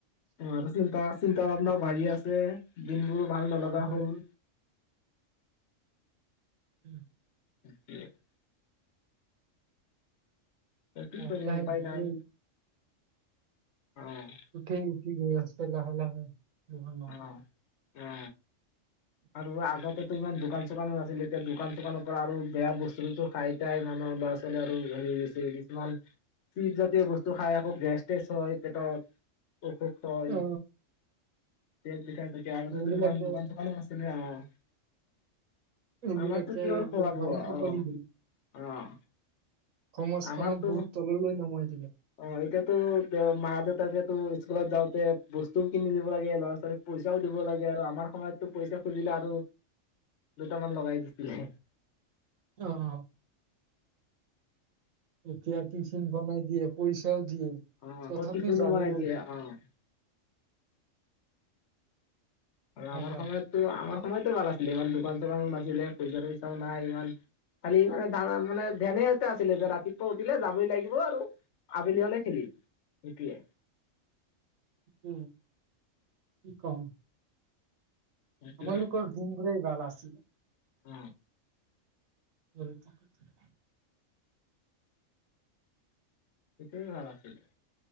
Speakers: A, on the left; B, on the right.
A: অ আৰু চিন্তা চিন্তা ভাবনা ও বাঢ়ি আছে দে দিনবোৰ ভাল নলগা
B: লাহে
A: হল।
B: <inaudible>
A: <inaudible>
B: <unintelligible>
A: কি কৰিম উপায় নাই অ',
B: উঠেই কি গৈ আছে লাহে লাহে <unintelligible>
A: অ', অ আৰু আগতেতো ইমান দোকান চোকানো নাছিলে এতিয়া দোকান চোকানৰ পৰা আৰু বেয়া বস্তু চস্তু খাই এতিয়া মানুহ ল'ৰা ছোৱালী <unintelligible> কিছুমান চিপ জাতীয় বস্তু খায় আকৌ গেছ টেছ হয় পেটত, <unintelligible>
B: অ
A: দেট বিঠাই তাকে আগতো
B: এইবিলাকে
A: ইমান দোকান চোকানো না এনে অ'।
B: এইবিলাকে
A: আমাৰতো কিহৰ
B: একদম
A: খোৱা বোৱা!
B: ধ্বংস
A: অহ,
B: কৰি দিলে
A: অহ,
B: সমাজখনক
A: আমাৰতো
B: বহুত তললৈ নমাই দিলে
A: অ', এতিয়াতো দে মা দেউতাকেতো স্কুলত যাওঁতে বস্তুও কিনি দিব লাগে। ল'ৰা ছোৱালীক পইচাও দিব লাগে আৰু আমাৰ সময়ত টো পইচা খুজিলে আৰু দুটামান লগাই দিছিলে।
B: অ' এতিয়া টিফিন বনাই দিয়ে <unintelligible>
A: অ',
B: তথাপিও
A: প্ৰতি শনিবাৰে
B: যাবলৈ
A: দিয়ে, অ'। আমাৰ
B: নাযায়
A: সময়তো আমাৰ সময়তো ভাল আছিলে ইমান দোকান চোকানো নাছিলে পইচাটো নাই ইমান খালি মানে তামানে <unintelligible> আছিলে যে ৰাতিপুৱা উঠিলে যাবই লাগিব আৰু আবেলি হলে খেলিম হেটোয়ে
B: উম, কি কওঁ?
A: সেইটোৱে
B: আমাৰ লোকৰ হু <unintelligible> ভাল আছিল
A: ও
B: <unintelligible>
A: সেতুয়েই ভাল আছিল